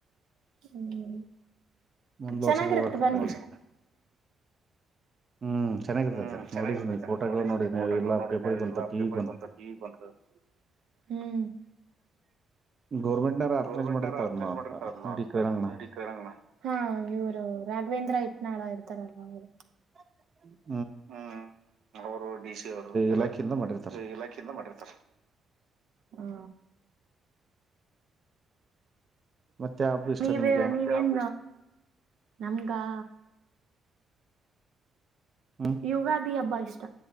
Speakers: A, on the right; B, on the right.
A: ಹ್ಮು.
B: ಮುಂದ್
A: ಚೆನ್ನಾಗಿರುತ್
B: ವರ್ಷ ಬರ್ಬೇಕು
A: ಬನ್ನಿ.
B: ಅಲ್ಲಿಗೆ ಹ್ಮ್ ಚೆನ್ನಾಗಿರ್ತೈತೆ
A: ಹ್ಮು ಚೆನ್ನಾಗಿರ್ತೈತೆ
B: ನೋಡಿದೀನಿ ಫೋಟೋಗಳು
A: ನೋಡಿದೀನಿ ಫೋಟೋಗುಳ್
B: ಎಲ್ಲಾ
A: ನೋಡಿದಿನಿ
B: ಪೇಪರ್ಗ್ ಬಂತು
A: ಎಲ್ಲಾ
B: ಟಿವಿ
A: ಪೇಪರ್ಗ್ ಬಂತು ಟಿವಿಗ್ ಬಂತು, ಹ್ಮು,
B: ಗೌರ್ಮೆಂಟ್ನವ್ರು ಆರ್ಗನೈಸ್
A: ಗೌರ್ಮೆಂಟ್ನಾರ
B: ಮಾಡಿರ್ತಾರ
A: ಆರ್ಗನೈಸ್
B: ಅದನ್ನ
A: ಮಾಡಿರ್ತರ ಅದನ
B: ಇಡೀ ಕ್ರೀಡಾಂಗಣ
A: <unintelligible> ಹಾ ಇವ್ರೂ ರಾಘವೇಂದ್ರ ಹಿಟ್ನಾಳ್ ತರವಲ್ಲ <unintelligible>
B: <inaudible>
A: ಹ್ಮ್ ಅವರು ಡಿಸಿ ಅವರು ಎಲ್ಲ
B: ಇಲಾಖೆಯಿಂದ ಮಾಡಿರ್ತಾರ
A: ಇಲಾಖೆಯಿಂದ ಮಾಡಿರ್ತಾರ. ಹಾ.
B: ಮತ್ತೆ ಹಬ್ಬ ಇಷ್ಟ
A: ನೀವೇನ್
B: ನಿಮ್ಗೆ
A: ನೀವೇನ್? ನಮ್ಗಾ?
B: ಹ್ಮ್
A: ಯುಗಾದಿ ಹಬ್ಬ ಇಷ್ಟ.